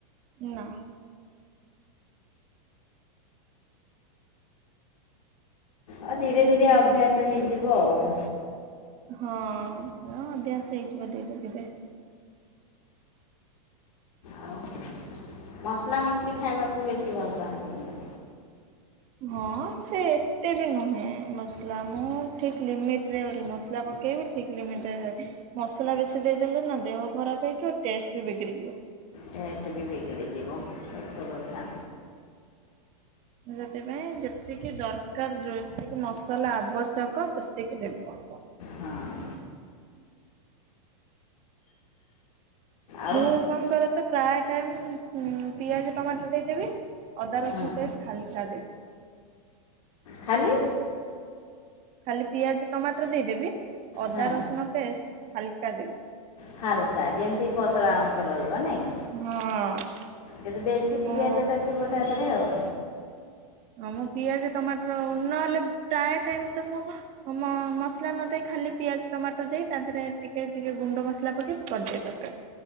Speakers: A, on the right; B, on the left.
A: ନା।
B: ଆ ଧୀରେ ଧୀରେ ଅଭ୍ୟାସ ହେଇଯିବ ଆଉ।
A: ହଁ ଏ ଅଭ୍ୟାସ ହେଇଯିବ ଧୀରେ ଧୀରେ।
B: ଆଉ ମସଲା ମସଲି ଖାଇବାକୁ ବେଶୀ ଭଲ ପାଆନ୍ତି ବୋଧେ।
A: ହଁ ସେ ଏତେ ବି ନୁହେଁ ମସଲା। ମୁଁ ଠିକ ଲିମିଟରେ ମସଲା ପକେଇବି। ଠିକ ଲିମିଟରେ ମସଲା ବେଶୀ ଦେଇଦେଲେ ନା ଦେହ ଖରାପ ହେଇଯିବ ଟେଷ୍ଟ ବି ବିଗିଡିଯିବ।
B: ଟେଷ୍ଟ ବି ବିଗିଡ଼ିଯିବ ସତକଥା।
A: ସେଥିପାଇଁ ଯେତିକି ଦରକାର ଯେତିକି ମସଲା ଆବଶ୍ୟକ ସେତିକି ଦେବ।
B: ହଁ ଅଁ। ଆଉ
A: ମୁଁ କଣ କରେ ତ ପ୍ରାୟ ଟାଇମ ଉଁ ପିଆଜ ଟମାଟର ଦେଇଦେବି। ଅଦା ରସୁଣ
B: ହୁଁ
A: ପେଷ୍ଟ ଖାଲି ଚା ଦେ
B: ଖାଲି
A: ଖାଲି ପିଆଜ, ଟମାଟର ଦେଇଦେବି। ଅଦା
B: ହଁ
A: ରସୁଣ ପେଷ୍ଟ ହାଲକା ଦେବି।
B: ହାଲକା ଯେମିତି ପତଳା ଅଂଶ ରହିବ ନେଇଁ କି।
A: ହଁ।
B: ଯଦି ବେଶୀ
A: ମୁଁ
B: ପିଆଜଟା ଥିବ ତା ଦେହରେ ଆଉ।
A: ହଁ ମୁଁ ପିଆଜ ଟମାଟର ନହେଲେ ପ୍ରାଏ ଟାଇମ ତ ମୁଁ ମ ମସଲା ନ ଦେଇ ଖାଲି ପିଆଜ ଟମାଟର ଦେଇ ତା ଦେହରେ ଟିକେ ଟିକେ ଗୁଣ୍ଡ ମସଲା ପକେଇ କରିଦିଏ ତରକାରି।